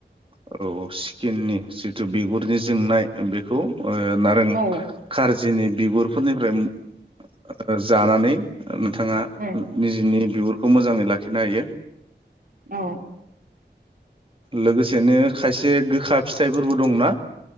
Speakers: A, on the right; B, on the right.
A: औ स्किननि जिथु बिगुरनि जोंनाय बेखौ ओ नारें
B: औ
A: खारजिनि बिगुरफोरनिफ्राय ओ जानानै ओम नोंथाङा
B: औ
A: निजिनि बिगुर खौ मोजाङै लाखिनो हायो।
B: औ
A: लोगोसेनो खायसे गोखा फिथाइब फोरबो दंना